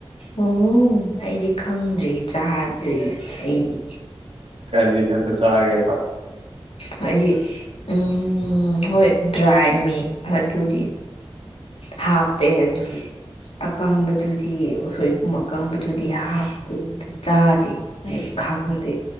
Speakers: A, on the left; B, on the right.
A: ꯑꯣ ꯑꯩꯗꯤ ꯈꯪꯗ꯭ꯔꯤ ꯆꯥꯗ꯭ꯔꯤ ꯑꯩꯗꯤ
B: ꯀꯔꯤ ꯈꯠꯇ ꯆꯥꯒꯦ
A: ꯍꯥꯏꯗꯤ ꯎꯝ ꯍꯣꯏ ꯗ꯭ꯔꯥꯏ ꯃꯤ ꯑꯗꯨꯗꯤ ꯍꯥꯥ ꯄꯦꯖ ꯑꯀꯪꯕꯗꯨꯗꯤ ꯎꯁꯣꯏꯕꯨꯡ ꯑꯀꯪꯕꯗꯨꯗꯤ ꯍꯥꯞꯇꯦ ꯑꯗꯨ ꯆꯥꯗꯦ ꯑꯩꯗꯤ ꯈꯪꯗꯦ